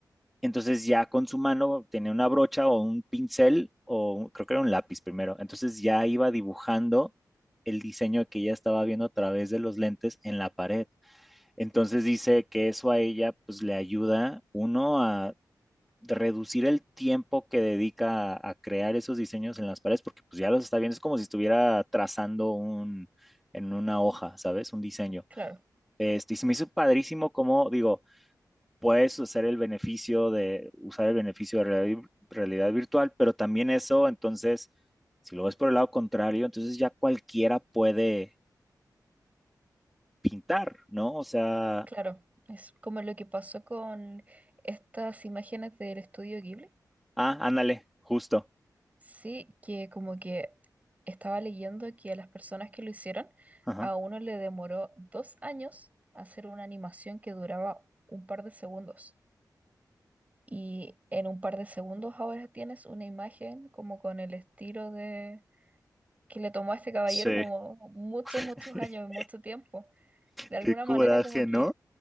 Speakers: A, in the centre; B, on the right (about 20°).
A: entonces ya con su mano tenía una brocha o un pincel o un- creo que era un lápiz primero, entonces ya iba dibujando el diseño que ella estaba viendo a través de los lentes en la pared. Entonces dice que eso a ella pues le ayuda uno a reducir el tiempo que dedica a, a crear esos diseños en las paredes porque pues ya los está viendo, es como si estuviera trazando un en una hoja, ¿sabes? Un diseño.
B: Claro,
A: Este, y se me hizo padrísimo como, digo, puedes hacer el beneficio de, usar el beneficio de reali- realidad virtual, pero también eso, entonces, si lo ves por el lado contrario, entonces ya cualquiera puede pintar, ¿no? O sea,
B: claro. Es como lo que pasó con estas imágenes del estudio Ghibli
A: ah, ándale, justo.
B: Sí, que como que estaba leyendo que a las personas que lo hicieron,
A: Ajá.
B: a uno le demoró dos años hacer una animación que duraba un par de segundos. Y en un par de segundos ahora tienes una imagen como con el estilo de que le tomó a este caballero
A: Sí,
B: como muchos, muchos
A: <laughs>
B: años y mucho tiempo. De alguna
A: qué coraje,
B: manera como que
A: ¿no?